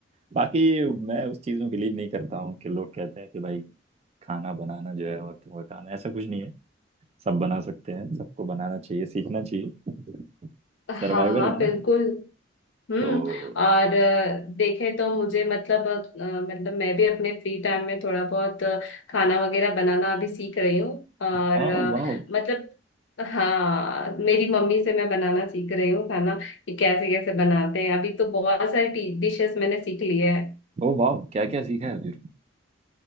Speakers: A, on the right; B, on the left.
A: बाकी मैं उस चीज में बिलीव नहीं करता हूँ कि लोग कहते हैं कि भाई खाना बनाना जो है औरतों का काम है ऐसा कुछ नहीं है सब बना सकते हैं सबको बनाना चाहिए सीखना चाहिए
B: हाँ
A: सर्वाइवल
B: हाँ
A: है
B: बिल्कुल
A: ना
B: हम्म
A: तो
B: और अ, देखें तो मुझे मतलब अ, मतलब मैं भी अपने फ्री टाइम में थोड़ा बहुत अ, खाना वगैरह बनाना अभी सीख रही हूँ और
A: हाँ
B: अ,
A: वाह
B: मतलब हाँ मेरी मम्मी से मैं बनाना सीख रही हूँ खाना कि कैसे कैसे बनाते हैं अभी तो बहुत सारी डिशेस मैंने सीख ली है
A: ओ वाह क्या क्या सीखा है फिर